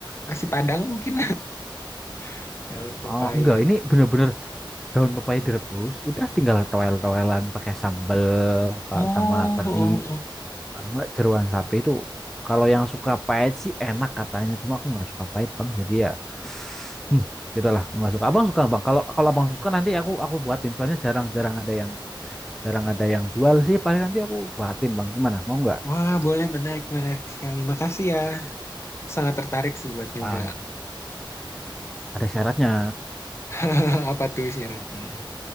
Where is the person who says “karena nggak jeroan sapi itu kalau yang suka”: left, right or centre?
Centre